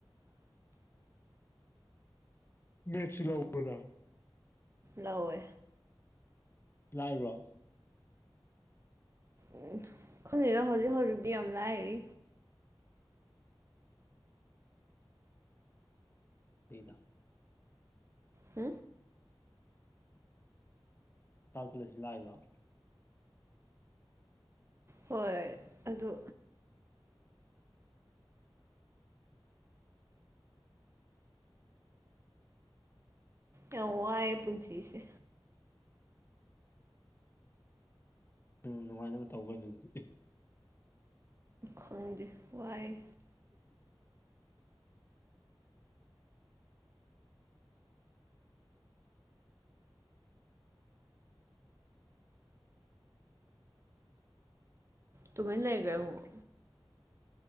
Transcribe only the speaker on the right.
ꯂꯧꯋꯦ
ꯎꯝ ꯈꯪꯉꯒ ꯍꯧꯖꯤꯛ ꯍꯧꯖꯤꯛꯇꯤ ꯌꯥꯝ ꯂꯥꯏꯔꯤ
ꯍꯥ
ꯍꯣꯏ ꯑꯗꯨ ꯌꯥꯝ ꯋꯥꯏꯌꯦ ꯄꯨꯟꯁꯤꯁꯦ
ꯈꯪꯗꯦ ꯋꯥꯏꯌ‌ꯦ ꯇꯨꯃꯤꯟ ꯂꯩꯒ꯭ꯔꯦ ꯑꯃꯨꯛ